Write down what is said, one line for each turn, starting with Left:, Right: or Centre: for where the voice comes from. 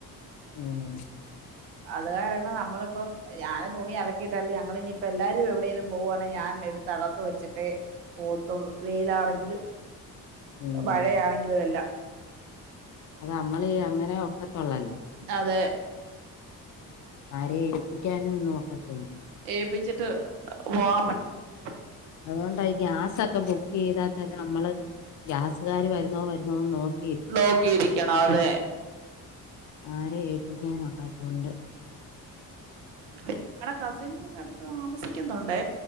Left: ആഹ്
Right: അതുകാരണം നമ്മളിപ്പം ഞാന് തുണി അലക്കിയിട്ല്ഞങ്ങൾ ഇനിയിപ്പോ എല്ലാരും എവിടെേങ്കലും പോവുവാണേ ഞാൻ എടുത്തകത്ത് വെച്ചിട്ടേ പോത്തുള്ളൂ വെയിലാണെങ്കിലും
Left: ഉം.
Right: മഴയാണെങ്കിലും എല്ല
Left: അത് നമ്മളീ അങ്ങനെ ഒക്കത്തള്ളല്ലോ
Right: അതെ
Left: ആര ഏൽപ്പിക്കാനും നോക്കത്തില്ല
Right: ഏൽപ്പിച്ചിട്ട് പോവാൻ പറ്റത്തില്ല
Left: അതുകൊണ്ട ഈ ഗ്യാസൊക്കെ ബുക്ക് ചെയ്താൽ തന്നെ നമ്മള് ഗ്യാസുകാർ വരുന്നോ വരുന്നോന്ന് നോക്ക
Right: നോക്കിയിരിക്കണാതെ
Left: ആരെ ഏല്പ്പിക്കാനൊക്കാ ത്തൊണ്ട്
Right: ഞങ്ങടെ കസിൻസ്സെക്കെ, എടുത്ത് താമസിക്കുന്നുണ്ട്.